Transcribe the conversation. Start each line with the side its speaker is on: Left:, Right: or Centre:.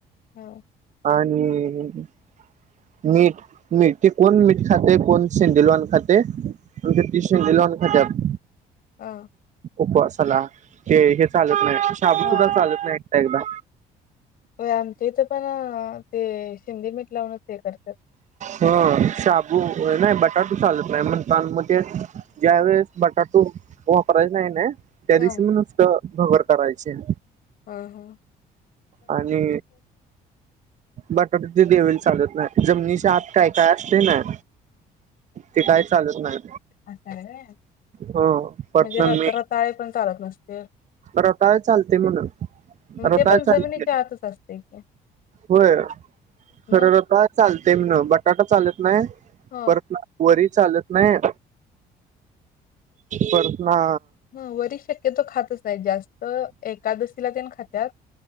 Left: हा.
Right: आणि अ मीठ, मीठ ते कोण मीठ खातय? कोण सेंडीलवान खातय? आमच्या तर सेंडील वान खात्यात.
Left: हा.
Right: उपवासाला, ते हे चालत नाही, शाबू
Left: हा
Right: सुद्धा चालत नाही एकदा एकदा.
Left: होय, आमच्या इथं पण ते शेंदी मीठ लावूनच हे करत्यात.
Right: ह शाबू नाही, बटाटू चालत न्हाय म्हणतान म ते ज्या वेळेस बटाटू वापरायचा नाही ना, त्या दिवशी
Left: हो,
Right: म नुसतं भगर करायचे.
Left: हा हा.
Right: आणि बटाटू ते देविला चालत नाही. जमनीच्या
Left: हां,
Right: आत काय काय असतय ना? ते काय चालत नाही.
Left: आस हाय व्हय
Right: ह पटन
Left: म्हणजे र
Right: मी
Left: रताळे पण चालत नसतील.
Right: रताळ चालतय म्हण.
Left: म
Right: रताळ
Left: ते पण,
Right: चालते
Left: जमिनीच्या आतच असतय की
Right: होय,
Left: मग?
Right: खर रताळ चालतय म्हण, बटाटा चालत नाही,
Left: हं,
Right: परत वरी चालत नाही. परत ना
Left: ह वरी शक्यतो खातच नाही जास्त, एकादशीला तेन खात्यात.